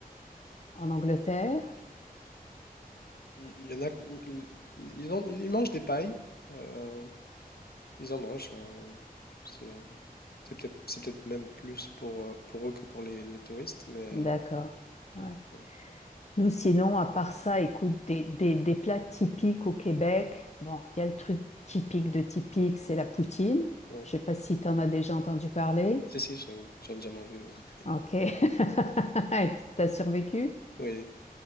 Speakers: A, on the left; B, on the left.
A: en Angleterre.
B: Il y en a, ils, ils en- ils mangent des pailles. euh, ils en mangent. euh, c'est c'est peut-être c'est peut-être même plus pour, euh, pour eux que pour les, les touristes. Mais
A: D'accord,
B: euh,
A: ouais.
B: ouais,
A: Nous, sinon, à part ça, écoute, des, des, des plats typiques au Québec. Bon, il y a le truc typique de typique, c'est la poutine.
B: ouais.
A: Je sais pas si tu en as déjà entendu parler.
B: Si, si, j'en ai j'en ai déjà mangé. <laughs>
A: Ok. <laughs> T'as survécu?
B: Oui.